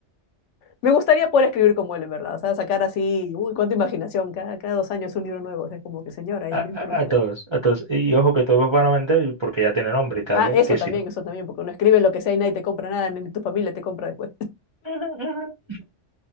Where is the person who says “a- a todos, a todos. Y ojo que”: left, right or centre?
Right